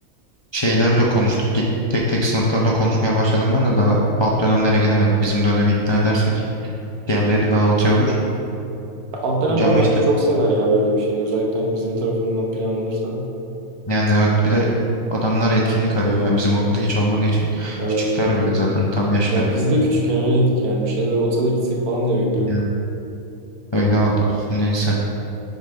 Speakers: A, on the left (about 35°); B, on the right (about 75°).
A: şeylerle konuştuk. Git tek tek sınıflarla konuşmaya başladım ben de daha alt dönemlere gelemedik. Bizim dönemi ikna edersek diğerleri daha okey olur.
B: Alt dönemler
A: Önce ama
B: bence
A: işte
B: çok sever ya böyle bir şeyi. Özellikle hani bizim tarafından planlanırsa.
A: yani evet bir de adamlar etkinlik arıyor ya bizim okulda hiç olmadığı için.
B: Evet.
A: Küçükler bile zaten tam yaşları.
B: Ya biz de küçükken öyleydik yani. Bir şeyler olsa da gitsek falan diye bekliyorduk.
A: Yani öyle valla. Neyse.